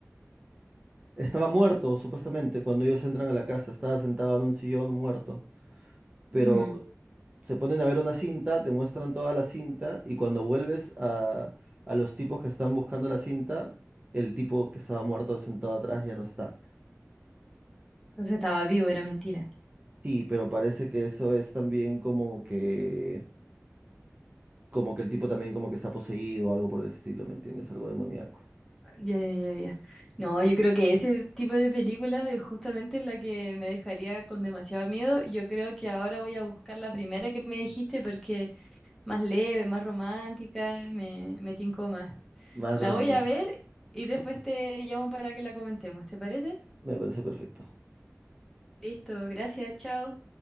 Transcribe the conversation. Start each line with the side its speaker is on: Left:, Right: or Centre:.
Right: Estaba muerto, supuestamente, cuando ellos entran a la casa. Estaba sentado en un sillón muerto. Pero
Centre: Ujú.
Right: se ponen a ver una cinta, te muestran toda la cinta, y cuando vuelves a, a los tipos que están buscando la cinta, el tipo que estaba muerto sentado atrás ya no está.
Centre: Entonces estaba vivo, era mentira.
Right: Sí, pero parece que eso es también como que, como que el tipo también como que está poseído o algo por el estilo, ¿me entiendes? Algo demoníaco.
Centre: Ya, ya, ya, ya. No, yo creo que ese tipo de películas es justamente la que me dejaría con demasiado miedo. Yo creo que ahora voy a buscar la primera que me dijiste porque más leve, más romántica, me, me tincó más.
Right: Más
Centre: La
Right: tranquila.
Centre: voy a ver y después te llamo para que la comentemos, ¿te parece?
Right: Me parece perfecto.
Centre: Listo, gracias, chao.